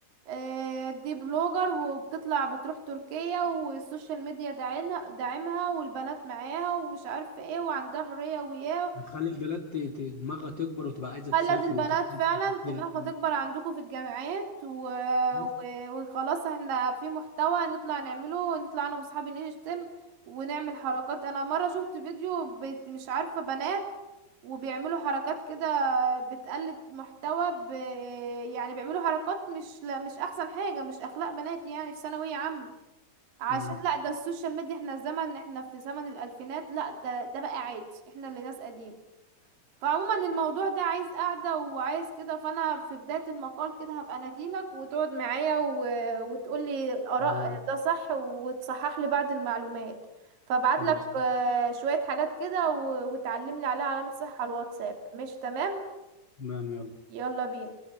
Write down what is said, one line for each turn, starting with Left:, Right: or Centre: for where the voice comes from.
Right: آه، دي بلوجر وبتطلع بتروح تركيا والسوشيال ميديا داعينها داعمها والبنات معاها ومش عارفة ايه وعندها حرية وياه
Left: هتخلي البنات ت- ت- دماغها تكبر وتبقى عايزه
Right: خلت
Left: تسافر
Right: البنات
Left: وتتنطط
Right: فعلا
Left: وتعمل.
Right: دماغها تكبر عندكم في الجامعات و...
Left: بس.
Right: و... وخلاص احنا في محتوى نطلع نعمله نطلع انا واصحابي نشتم ونعمل حركات انا مرة شفت فيديو بت... مش عارفة بنات وبيعملوا حركات كده بتقلد محتوى ب... يعني بيعملوا حركات مش لا مش احسن حاجة مش اخلاق بنات يعني في ثانوية عامة عشان
Left: مم.
Right: لا ده السوشيال ميديا احنا زمن احنا في زمن الالفينات لا ده ده بقى عادي احنا اللي ناس قديم فعموما الموضوع ده عايز قعدة وعايز كده فأنا في بداية المقال كده هبقى أناديلك وتقعد معايا و... وتقولي الآراء
Left: مم.
Right: ده صح وتصحح لي بعض المعلومات فابعتلك
Left: خلاص
Right: آه، شوية حاجات كده و... وتعلملي عليها علامة صح على الواتساب مش تمام
Left: تمام يلا
Right: يلا بينا